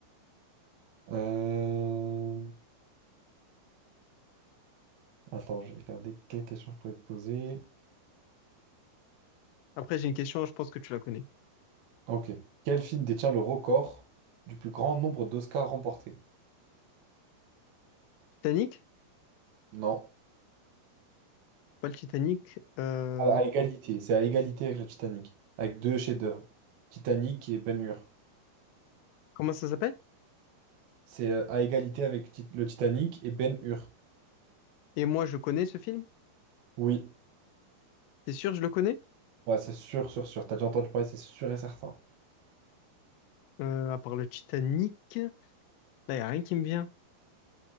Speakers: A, on the right; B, on the left.
A: Euh, Attends, je vais regarder quelle question je pourrais te poser.
B: Après, j'ai une question, je pense que tu la connais.
A: Ok. Quel film détient le record du plus grand nombre d'Oscars remportés?
B: Titanic?
A: Non.
B: Pas le Titanic. euh,
A: À, à égalité. C'est à égalité avec le Titanic. Avec deux chefs-d'œuvre. Titanic et Ben-Hur.
B: comment ça s'appelle?
A: C'est euh, à égalité avec Tit- le Titanic et Ben-Hur.
B: Et moi, je connais ce film?
A: Oui.
B: C'est sûr, je le connais?
A: Ouais, c'est sûr, sûr, sûr. T'as déjà entendu parler, c'est sûr et certain.
B: Euh, à part le Titanic. Là, y a rien qui me vient.